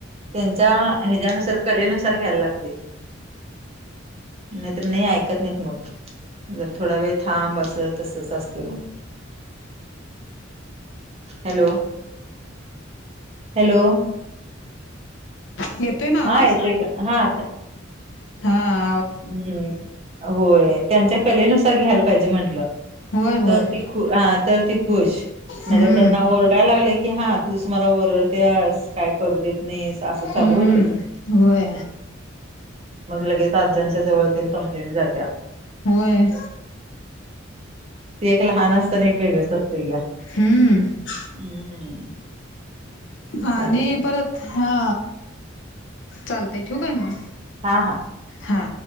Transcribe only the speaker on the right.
त्यांच्या हच्या्ंयानुसारं कलेनुसारं घ्यायला लागते. नाहींतरं नाहीं ऐकतं नाहींत मंग जरं थोडां वेळं थांब असं तसंच असते मंग. Hello hello.
हा
येतोय का हा
हम्मं होय त्यांच्या कलेनुसारं घ्यायंला पाहिजे म्हंटलं.
तरं ती खुश हां तरं ती खुश. नाहींतर
त्यांना ओरडांयला लागलं की हां तूंचमलां ओरडतेस कायं. करूं देतं असं चालूं
होतेग
लगेच. पातं जणांच्या जवळं कंप्लेंट जात्यां.
ते एक लहांन असतांना एक वेगळेचं असते गं.
हम्म.
चालेल
हा हा.